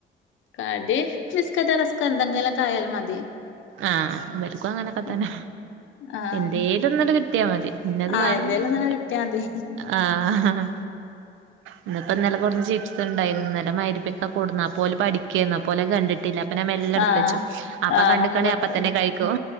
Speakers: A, on the left (about 75°); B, on the right (about 80°).
A: കടി ബിസ്ക്കറ്റോ റെസ്കോ എന്തെങ്കിലൊക്കെ ആയാലും മതി
B: ആഹ് ഇവറുക്കും അങ്ങനൊക്കെ
A: ഉം
B: തന്നെ
A: ആഹ്
B: എന്തേലൊന്ന്ട് കിട്ടിയാ മതി ഇന്നത്
A: ആഹ്
B: വേണോന്നൊന്നും
A: എന്തേലും ഇങ്ങനെ
B: ഇല്ല
A: കിട്ടിയാ മതി
B: ആഹ് ഇന്ന് ഇപ്പൊ ഇന്നലെ <unintelligible> ചീപ്സ് ഉണ്ടായിരുന്ന് ഇന്നലെ <unintelligible> പഠി <unintelligible> കണ്ടിട്ടില്ല അപ്പൊ ഞാൻ മെല്ലടുത്ത്
A: ആഹ്
B: വച്ചു അപ്പ <unintelligible>
A: ആഹ് നിന്ന് കൊടുക്ക
B: അപ്പ തന്നെ കഴിക്കും